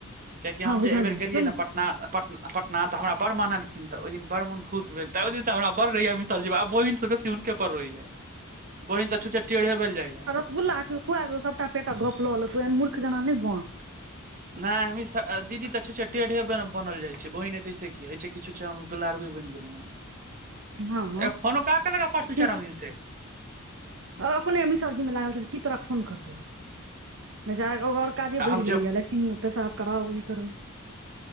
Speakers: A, on the right; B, on the right.
A: कियाकि
B: हँ
A: हम
B: बुझलियै
A: जे एहि बेेर गेलियै
B: सुन
A: ने पटना पटना तऽ हमरा बड़ मानल तऽ ओहि दिन बड़ मन खुश भेल तै ओहि दिन सँ हमरा बड़ रहैया मिश्र जी सँ आ बहिन सँ बेसी हुनके पर रहैया बहिन तऽ छुच्छे टेंढ़े भेल जाइया
B: बुला के खुआ सभटा पेटक गप लऽ लेतौ तू एहन मूर्ख जेना नहि बन
A: नहि मिश्र दीदी तऽ छुछे टेढ़े बनल जाइ छै बहिन है तैसे की होइ छै कि छु दुलारूये बनि गेलौं
B: हँ
A: ए फोनो कहां केलक ये परसू
B: छी
A: चारम दिन सँ
B: अपने मिसरजी मे लागल छै की तोरा फोन करतौ आब मे जार आओर काजे बढ़ि
A: हम
B: गेले ये लैट्रिंग पेसाफ कराउ ई करू